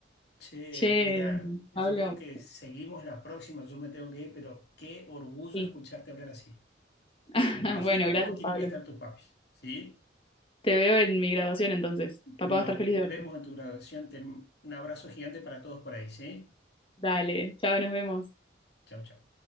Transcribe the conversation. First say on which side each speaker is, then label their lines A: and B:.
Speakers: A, on the left (about 60°); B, on the left (about 30°).
A: Che,
B: che,
A: mirá, yo
B: Pablo,
A: creo que seguimos la próxima, yo me tengo que ir, pero qué orgullo
B: sí.
A: escucharte hablar así.
B: <laughs>
A: Me imagino
B: Bueno, gracias,
A: cómo tienen
B: Pablo.
A: que estar tus papis, ¿sí?
B: Te veo en mi graduación entonces.
A: Nos
B: Papá va a estar feliz de verte.
A: vemos en tu graduación. Te- un abrazo gigante para todos por ahí, ¿sí?
B: Dale, chao, nos vemos.
A: Chau, chau.